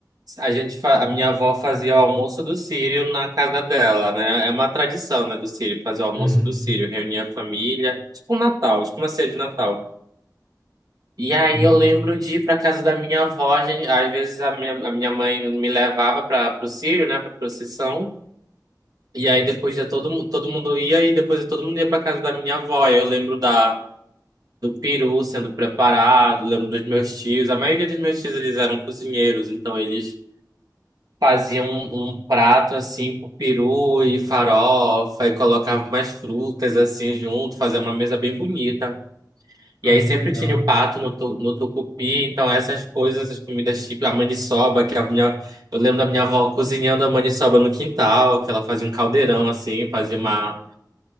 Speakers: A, on the right; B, on the left.
A: a gente fa- a minha avó fazia o almoço do sírio na casa dela, né? É uma tradição, né, do sírio fazer o almoço
B: Uhum.
A: do sírio, reunir a família, tipo um Natal, tipo uma ceia de Natal. E aí
B: Hum.
A: eu lembro de ir para casa da minha avó, a gente- às vezes a minha, a minha mãe me levava para o sírio, né, para procissão. E aí depois já todo, mu- todo mundo ia e depois todo mundo ia para casa da minha avó. Eu lembro da do peru sendo preparado, lembro dos meus tios. A maioria dos meus tios eles eram cozinheiros, então eles faziam um, um prato assim com peru e farofa e colocavam mais frutas assim junto, fazia uma mesa bem bonita.
B: Ah,
A: E aí
B: que
A: sempre
B: legal.
A: tinha o pato no, tu- no tucupi, então essas coisas, essas comidas tipo a maniçoba, que a minha, eu lembro da minha avó cozinhando a maniçoba no quintal, que ela fazia um caldeirão assim, fazia uma,